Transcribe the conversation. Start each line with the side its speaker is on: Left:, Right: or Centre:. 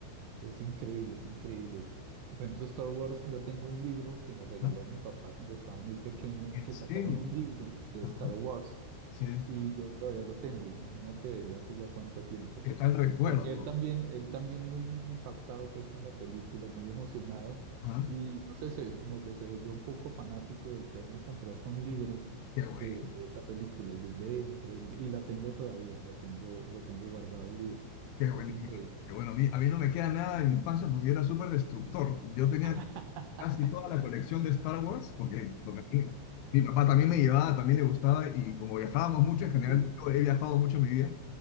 Right: es increíble, es increíble. Por ejemplo, Star Wars, yo tengo un libro que me regaló
Left: Ah,
Right: mi papá cuando estaba muy pequeño,
Left: ¿En
Right: que
Left: serio?
Right: sacaron un libro de
Left: Ajá,
Right: Star Wars
Left: sí.
Right: y yo todavía lo tengo, imagínate desde hace ya cuánto tiempo.
Left: ¿Qué tal recuerdo?
Right: porque él también, él también muy impactado pues con la película, muy emocionado
Left: Ajá,
Right: y no sé, se- como que se volvió un poco fanático del tema y compró hasta un libro
Left: Qué bueno.
Right: de, de esa película. Y Yo ve, increíble. Y la tengo todavía, la tengo, lo tengo guardado el libro.
Left: Qué bueno,
Right: Es increíble.
Left: qué bueno, a mí, a mí no me queda nada de mi infancia porque yo era súper destructor. Yo tenía
Right: <laughs>
Left: casi toda la colección de Star Wars porque, porque a mí- mi papá también me llevaba, también le gustaba y como viajábamos mucho, en general
Right: Sí,
Left: yo he viajado mucho en mi vida,